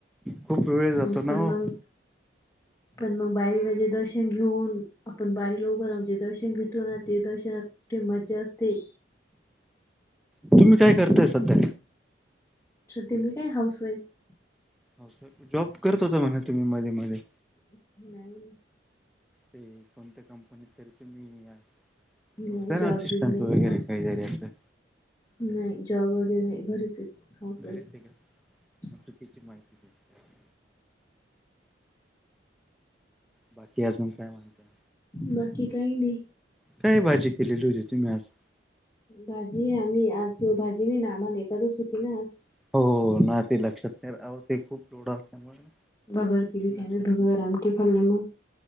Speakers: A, in the centre; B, on the left.
A: खूप वेळ जातो
B: मी
A: ना
B: पण
A: हो
B: नाही. पण मग बारीला जे दर्शन घेऊन, आपण बारी लोव जे दर्शन घेतो ना ते दर्शनात. ती मज्जा असते.
A: तुम्ही काय करताय सध्या?
B: अच्छा, ते मी काय हाऊसवाईफ.
A: हो काय? जॉब करत होता म्हणे तुम्ही मध्येे मध्ये.
B: नाही नाही.
A: ते कोणत्या कंपनीत तरी तुम्ही हा
B: नाही
A: होता
B: जॉब
A: ना सिस्टम
B: बीब नाही
A: तू वगैरे
B: हाऊस
A: काही तरी असं.
B: नाही जॉब वगैरे घरीच हायत हाऊसवाईफ.
A: घरीच आहे का मग चुकीची माहिती दिली. बाकी अजून काय म्हणताय?
B: बाकी काही नाही.
A: काय भाजी केलेली होती, तुम्ही आज.
B: भाजी आम्ही आज भाजी नाही ना आम्हाला एकादस होती ना आज.
A: हो ना, ते लक्षात नाही राह ते खूप लोढं असल्यामुळे ना.
B: भगर केली होती
A: लक्षात
B: आम्ही भगर आणि ती खाल्ली मग.